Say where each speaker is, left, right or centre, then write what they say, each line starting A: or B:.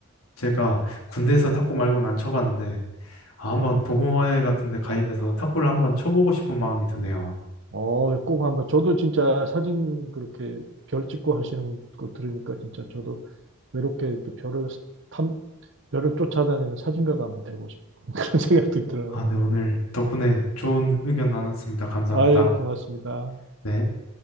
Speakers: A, on the left; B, on the right.
A: 제가 군대에서 탁구 말고는 안 쳐봤는데 아, 한번
B: 예.
A: 동호회 같은 데 가입해서 탁구를 한번 쳐보고 싶은 마음이 드네요.
B: 어, 꼭 한번, 저도 진짜 사진 그렇게 별 찍고 하시는 거 들으니까 진짜 저도 외롭게 이렇게 별을 탐, 별을 쫓아다니는 사진가가 한번 되고 싶은 <laughs> 그런 생각도 들어요.
A: 아, 네, 오늘 덕분에 좋은 의견 나눴습니다. 감사합니다.
B: 아유, 고맙습니다.
A: 네.